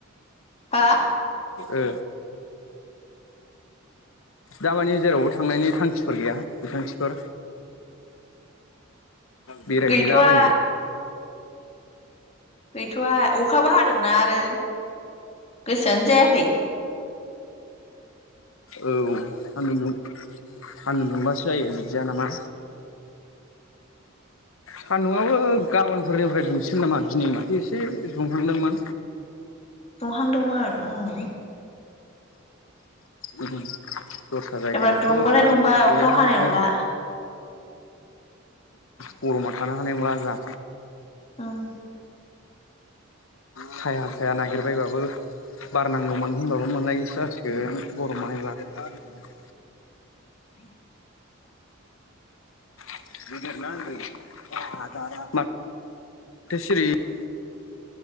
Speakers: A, on the left; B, on the left.
A: हा
B: ओ दामानि जेरावबो थांनायनि खान्थिफोर गैया बिथांखिफोर बेरायहैलाबायनो।
A: गैथ'वा गैथ'आ अखाबो हादोंना आरो। गोसोआनो जायाखै।
B: औ सान्दुं दुं सान्दुं दुंबासो जायो बिदिया नामा सान्दुंआबो गाबोनफोरनिफ्राय दुंसिगोन नामा दिनै माथो एसे दुंहांदोंमोन।
A: दुंहांदोंमोन उम।
B: उम <inaudible> दस्रा जायगायावथ'
A: एबार दुंबाथाय दुंबाय
B: गैया
A: अखा हानाय
B: माथो।
A: नंला
B: गरमा थानो हानाय नंला।
A: उम।
B: साया साया नागिरबायबाबो बार नांगौमोन होनबाबो मोनलायिसो जासिगोन। <inaudible> <inaudible>
A: <inaudible>
B: <unintelligible>